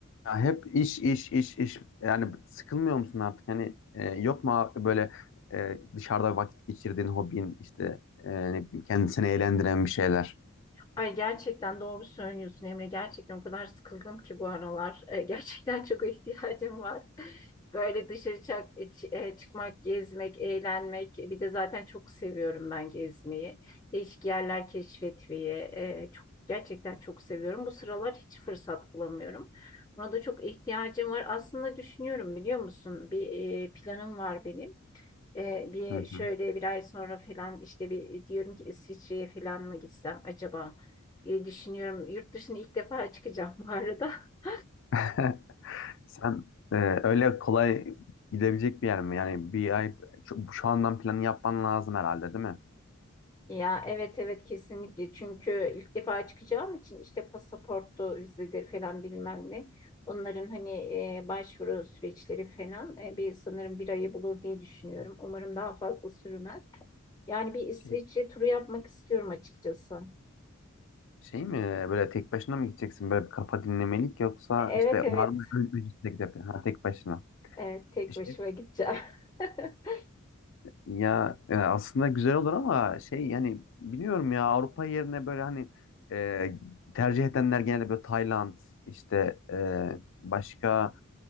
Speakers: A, on the left; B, on the left.
A: Ya hep iş iş iş iş yani sıkılmıyor musun artık? Hani e, yok mu abi böyle e, dışarıda vakit geçirdiğin hobin işte e, ne bileyim kendini eğlendiren bir şeyler.
B: Ay gerçekten doğru söylüyorsun Emre. Gerçekten o kadar sıkıldım ki bu aralar. E, gerçekten çok ihtiyacım var. Böyle dışarı çak, e, çı- e, çıkmak, gezmek, eğlenmek. Bir de zaten çok seviyorum ben gezmeyi. Değişik yerler keşfetmeyi. e, çok gerçekten çok seviyorum. Bu sıralar hiç fırsat bulamıyorum. Buna da çok ihtiyacım var. Aslında düşünüyorum biliyor musun? Bir e, planım var benim. E, bir
A: Hı
B: şöyle
A: hı.
B: bir ay sonra falan işte bir diyorum ki İsviçre'ye falan mı gitsem acaba diye düşünüyorum. Yurt dışına ilk defa çıkacağım bu arada. <laughs>
A: <laughs> Sen e, öyle kolay gidebilecek bir yer mi? Yani bir ay şu, şu andan planı yapman lazım herhalde değil mi?
B: Ya evet evet kesinlikle çünkü ilk defa çıkacağım için işte pasaportu, vizeleri falan bilmem ne. Onların hani e, başvuru süreçleri falan e, bir sanırım bir ayı bulur diye düşünüyorum. Umarım daha fazla sürmez. Yani bir İsviçre
A: Şey,
B: turu yapmak istiyorum açıkçası.
A: şey mi e, böyle tek başına mı gideceksin böyle bir kafa dinlemelik yoksa
B: E, Evet
A: işte
B: evet
A: var mı öncesinde gidip ha, tek başına.
B: evet tek
A: E, Şey
B: başıma gideceğim. <laughs>
A: Ya e, aslında güzel olur ama şey yani biliyorum ya Avrupa yerine böyle hani e, tercih edenler genelde böyle Tayland işte e, başka